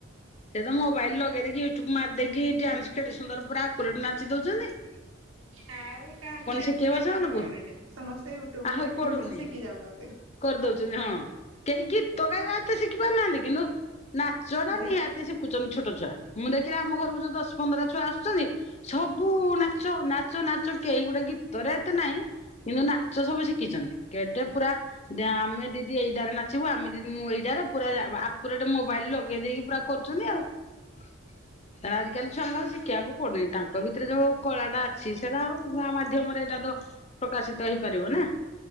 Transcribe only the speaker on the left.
ସେ ତ ମୋ ମାରଦକି ଡ୍ୟାନ୍ସ କେତେ ସୁନ୍ଦର ପୁର ଆକୁରେଟ ନାଚି ଦୋଉଛନ୍ତି।
ଶିଖେଇବ
ସେମାନଙ୍କୁ
ଆଉ
ପଡୁନି।
କରିଦଉଛନ୍ତି ହଁ କେହି ଗୀତ ଗାଇବା ଏତେ ଶିଖି ପାରୁନାହାନ୍ତି। କିନ୍ତୁ, ନାଚଟା
ନିହାତି ଶିଖୁଛନ୍ତି ଛୋଟ ଛୁଆ, ମୁଁ ଦେଖିଲି ଆମ ଘରକୁ ଯୋଉ ଦଶ ପନ୍ଦର ଛୁଆ ଆସୁଛନ୍ତି ସବୁ ନା ନାଚ ନାଚ ନାଚ କେ ଗୁଟାକ କି <unintelligible> ଏତେ ନାହିଁ କିନ୍ତୁ ନାଚ ସବୁ ଶିଖିଛନ୍ତି, କେ ପୁରା ଆମେ ଦିଦି ଏଇଟାରେ ନାଚିବୁ, ଆମେ ଦିଦି ମୁଁ ଏଇଟାରେ, ପୁରା ଆଗରୁରେଟେ ମୋବାଇଲ ଲଗେଇ ଦେଇକି ପୁରା କରୁଛନ୍ତି। <inaudible> ତାର ଆଜିକାଲି ଛୁଆଙ୍କୁ ଆଉ ଶିଖିବାକୁ ପଡୁନି, ତାଙ୍କ ଭିତରେ ଯୋଉ କଳାଟା ଅଛି ସେଇଟା ଆଉ ଗାଁ ମାଧ୍ୟମରେ ଏଇଟା ତ ପ୍ରକାଶିତ ହେଇପାରିବ ନା।